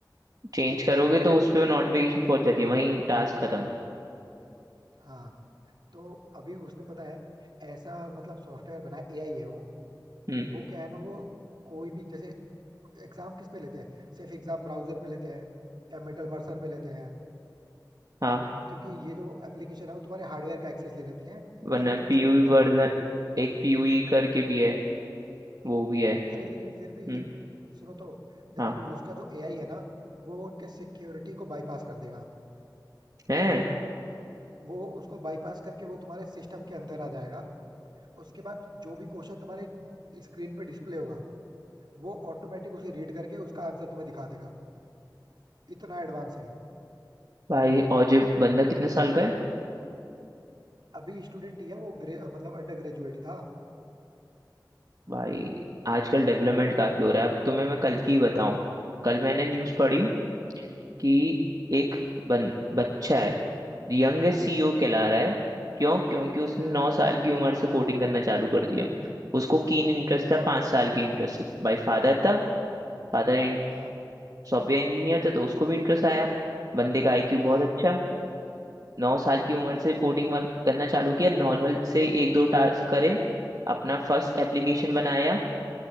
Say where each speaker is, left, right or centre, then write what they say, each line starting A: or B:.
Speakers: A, on the right; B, on the right.
A: चेंज करोगे तो उस पर नोटिफिकेशन पहुंच जाती है वहीं टास्क खत्म
B: हाँ तो अभी उसने पता है ऐसा मतलब सॉफ्टवेयर बनाया एआई है वो
A: हम्म
B: वो क्या है ना वो कोई भी जैसे एग्जाम किस पे लेते हैं सिर्फ एग्जाम ब्राउजर पे लेते हैं या मेटल मर्सर पे लेते हैं
A: हाँ
B: क्योंकि ये जो एप्लीकेशन है वो तुम्हारे हार्डवेयर का एक्सेस ले लेती है
A: वरना
B: फिर तुम
A: पीयूई
B: चीट नहीं कर
A: वर्जन
B: पाओगे
A: एक पीयूई करके भी है वो भी है
B: अरे लेकिन फिर
A: हम्म
B: भी सुनो तो लेकिन
A: हाँ
B: वो उसका जो एआई है ना वो उनके सिक्योरिटी को बाईपास कर देगा
A: है
B: वो उसको बाईपास करके वो तुम्हारे सिस्टम के अंदर आ जाएगा उसके बाद जो भी क्वेश्चन तुम्हारे स्क्रीन पे डिस्प्ले होगा वो ऑटोमेटिक उसे रीड करके उसका आंसर तुम्हें दिखा देगा इतना एडवांस है
A: भाई और जो बंदा कितने साल का है
B: अभी स्टूडेंट ही है वो ग्रे, मतलब अंडर ग्रेजुएट ही था
A: भाई आजकल डेवलपमेंट काफी हो रहा है अब तुम्हें मैं कल की बताऊं कल मैंने न्यूज़
B: हाँ
A: पढ़ी
B: बताओ
A: कि एक बन, बच्चा है यंगेस्ट सीईओ कहला रहा है क्यों क्योंकि उसने नौ साल की उम्र से कोडिंग करना चालू कर दिया उसको कीन इंटरेस्ट था
B: नो
A: पांच साल की इंटरेस्ट भाई फादर था फादर
B: हाँ
A: सॉफ्टवेयर इंजीनियर था तो उसको भी इंटरेस्ट आया बंदे का आईक्यू
B: हाँ
A: बहुत अच्छा नौ साल की उम्र से कोडिंग वन- करना चालू किया नॉर्मल से एक दो टास्क करे अपना फर्स्ट एप्लीकेशन बनाया